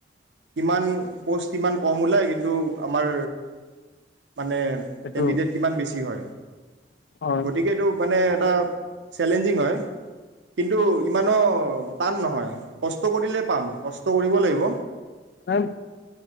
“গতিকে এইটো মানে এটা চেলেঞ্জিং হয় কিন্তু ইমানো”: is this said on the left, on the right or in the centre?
Right